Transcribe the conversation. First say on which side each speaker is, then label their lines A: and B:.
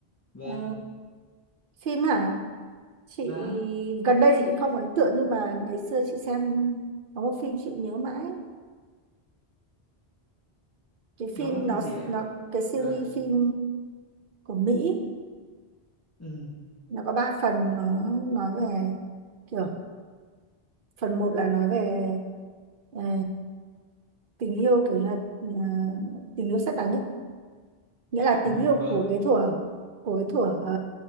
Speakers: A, on the left; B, on the right.
A: vâng
B: ừ. phim hả chị
A: vâng
B: gần đây thì chị không ấn tượng nhưng mà ngày xưa chị xem có một phim chị nhớ mãi cái phim
A: đó là phim
B: nó
A: gì ạ
B: nó cái series
A: vâng
B: phim của Mỹ
A: ừ.
B: nó có ba phần nó nói về kiểu phần một là nói về ờ, tình yêu kiểu như là ờ, tình yêu sét đánh ấy nghĩa
A: <laughs>
B: là tình yêu
A: vâng
B: của cái thuở của cái thuở ờ,